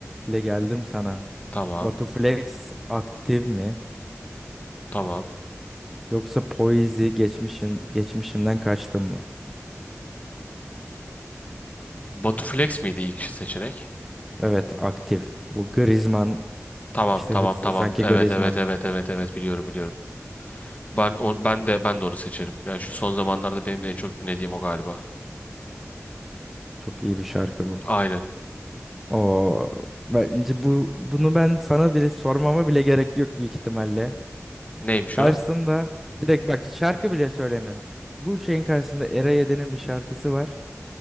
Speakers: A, in the centre; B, on the left.
A: ile geldim sana.
B: Tamam,
A: Batu Flex aktif mi?
B: tamam.
A: Yoksa Poizi geçmişin geçmişimden kaçtım mı?
B: Batu Flex miydi ilk seçenek?
A: Evet aktif. Bu Griezmann
B: Tamam,
A: işte
B: tamam,
A: hızlı
B: tamam.
A: sanki
B: Evet,
A: Griezmann.
B: evet, evet, evet, evet biliyorum biliyorum. Ben o, ben de ben de onu seçerim. Yani şu son zamanlarda benim de en çok dinlediğim o galiba.
A: Çok iyi bir şarkı bu.
B: Aynen.
A: O bence bu bunu ben sana bile sormama bile gerek yok büyük ihtimalle.
B: Neymiş
A: Karşısında
B: o?
A: direkt bak şarkı bile söylemiyorum. Bu şeyin karşısında Era Yedi'nin bir şarkısı var.